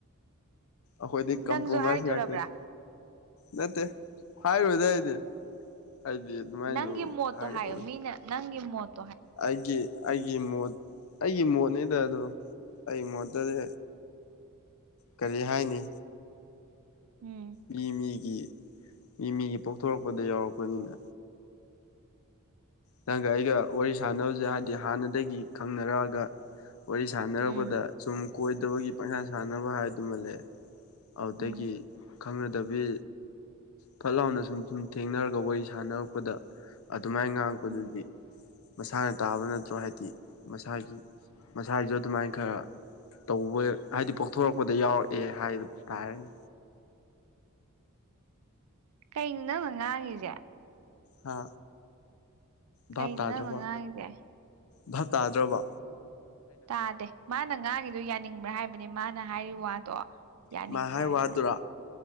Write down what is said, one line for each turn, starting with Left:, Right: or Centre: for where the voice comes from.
Left: ꯑꯩꯈꯣꯏꯗꯤ ꯀꯝꯄ꯭ꯔꯣꯃꯥꯏꯁ
Right: ꯅꯪꯁꯨ ꯍꯥꯏꯗꯣꯔꯕ꯭ꯔꯥ
Left: ꯉꯥꯛꯇꯅꯤ꯫ ꯅꯠꯇꯦ ꯍꯥꯏꯔꯣꯏꯗ ꯑꯩꯗꯤ ꯑꯩꯗꯤ ꯑꯗꯨꯃꯥꯏꯅꯁꯨ
Right: ꯅꯪꯒꯤ ꯃꯣꯠꯇꯣ
Left: ꯍꯥꯏꯒꯗꯕ
Right: ꯍꯥꯏꯌꯣ ꯃꯤꯅ ꯅꯪꯒꯤ ꯃꯣꯠ
Left: ꯑꯩꯒꯤ ꯑꯩꯒꯤ ꯃꯣꯠ ꯑꯩꯒꯤ ꯃꯣꯠꯅꯤꯗ ꯑꯗꯨ ꯑꯩꯒꯤ ꯃꯣꯠꯇꯗꯤ ꯀꯔꯤ ꯍꯥꯏꯅꯤ
Right: ꯎꯝ
Left: ꯃꯤ ꯃꯤꯒꯤ ꯃꯤ ꯃꯤꯒꯤ ꯄꯣꯛꯊꯣꯔꯛꯄꯗ ꯌꯥꯎꯔꯛꯄꯅꯤꯅ ꯅꯪꯒ ꯑꯩꯒ ꯋꯥꯔꯤ ꯁꯥꯟꯅꯕꯁꯦ ꯍꯥꯏꯕꯗꯤ ꯍꯥꯟꯅꯗꯒꯤ ꯈꯪꯅꯔꯛꯑꯒ ꯋꯥꯔꯤ ꯁꯥꯟꯅꯔꯛꯄꯗ
Right: ꯎꯝ
Left: ꯁꯨꯝ ꯀꯣꯏꯗꯕꯒꯤ ꯄꯪꯁꯥꯟ ꯁꯥꯟꯅꯕ ꯍꯥꯏꯗꯨꯃ ꯂꯩꯑꯦ ꯑꯗꯒꯤ
Right: ꯎꯝ
Left: ꯈꯪꯅꯗꯕꯤ ꯐꯠ ꯂꯥꯎꯅ ꯁꯨꯝ ꯁꯨꯝ ꯊꯦꯡꯅꯔꯒ ꯋꯥꯔꯤ ꯁꯥꯟꯅꯔꯛꯄꯗ ꯑꯗꯨꯃꯥꯏꯅ ꯗꯨꯗꯤ
Right: ꯎꯝ
Left: ꯃꯁꯥꯅ ꯇꯥꯕ ꯅꯠꯇ꯭ꯔꯣ ꯍꯥꯏꯗꯤ ꯃꯁꯥꯒꯤ ꯃꯁꯥꯒꯤꯖꯨ ꯑꯗꯨꯃꯥꯏꯅ ꯈꯔ ꯇꯧꯕ ꯍꯥꯏꯗꯤ ꯄꯣꯛꯊꯣꯔꯛꯄꯗ ꯌꯥꯎꯔꯛꯑꯦ ꯍꯥꯏꯕ ꯇꯥꯔꯅꯤ꯫
Right: ꯀꯩꯅꯣ ꯅꯪꯅ ꯉꯥꯡꯉꯤꯖꯦ꯫
Left: ꯍꯥ
Right: ꯀꯩꯅꯣ
Left: ꯚꯥꯞ ꯇꯥꯗ꯭ꯔꯕꯣ
Right: ꯅꯪꯅ ꯉꯥꯡꯉꯤꯁꯦ
Left: ꯚꯥꯞ ꯇꯥꯗ꯭ꯔꯕꯣ꯫
Right: ꯇꯥꯗꯦ ꯃꯥꯅ ꯉꯥꯡꯒꯤꯗꯣ ꯌꯥꯅꯤꯡꯕ꯭ꯔꯥ ꯍꯥꯏꯕꯅꯦ ꯃꯥꯅ ꯍꯥꯏꯔꯤ ꯋꯥꯗꫭ ꯌꯥꯅꯤꯡꯕ꯭ꯔꯥ
Left: ꯃꯥ ꯍꯥꯏ ꯋꯥꯗꯨꯔꯥ
Right: ꯍꯥꯏꯕ꯭ꯔ ꯅꯪ